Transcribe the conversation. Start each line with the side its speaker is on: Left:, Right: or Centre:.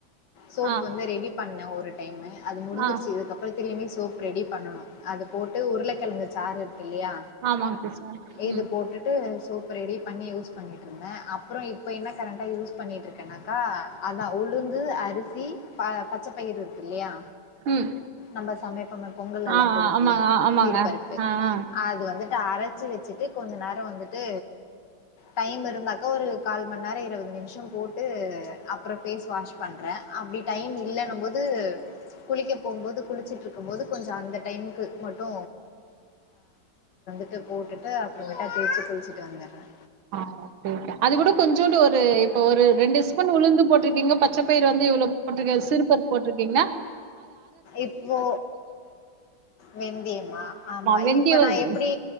Left: சோப்
Right: ஆ
Left: வந்து ரெடி பண்ணே ஒரு ஒரு டைமு அது முடிஞ்சிருச்சு
Right: ஆ
Left: இதுக்கப்றம் திரும்பி சோப் ரெடி பண்ணனும் அது போட்டு உருளைக்கிழங்கு சாறு இருக்கு இல்லையா
Right: ஆமாங்க சிஸ்டர்
Left: இது
Right: ம்
Left: போட்டுட்டு சோப் ரெடி பண்ணி யூஸ் பண்ணிட் ட்ருங்க அப்றோ இப்ப என்ன கரண்டா யூஸ் பண்ணிட்டு இருக்கேனாக்கா அதான் ஒளுந்து அரிசி சி ப பச்ச பயிர் இருக்கு இல்லையா
Right: ம்
Left: நம்ம சமைப்பமே பொங்கல் எல்லாம்
Right: ஆ
Left: போடுவோம்ல
Right: ஆ ஆமாங்க ஆமாங்க
Left: சிறு பருப்பு
Right: ஆ ஆ
Left: அது வந்துட்டு அர ச்சு வச்சுட்டு கொஞ்ச நேரோ வந்துட்டு டைம் இருந்தாக்கா ஒரு கால் மணி நேரோ இருவது நிமிஷோ போட்டு அப்றோ ஃபேஸ் வாஷ் பண்றே அப்டி டைம் இல்லன்னும் போது குளிக்க போகும்போது குளிச்சுட்டு இருக்கும் போது கொஞ்சோ அந்த டைம்க்கு மட்டு <unintelligible> போட்டுட்டு அப்றமேட்டா தேச்சு குளிச்சிட்டு வந்தர்றேன்
Right: ஆஹ் ச அது கூட கொஞ்சோண்டு ஒரு இப்ப ஒரு ரெண்டு ஸ்பூன் உளுந்து போட்டிருக்கீங்க பச்சைப்பயிர் வந்து இவ்ளோ போட்டிருக்க சிறுபர் போட்டிருக்கீங்க
Left: இப்போ வெந்தியமா ஆமா
Right: வெந்தய
Left: இப்ப நான்
Right: வந்து
Left: எப்டி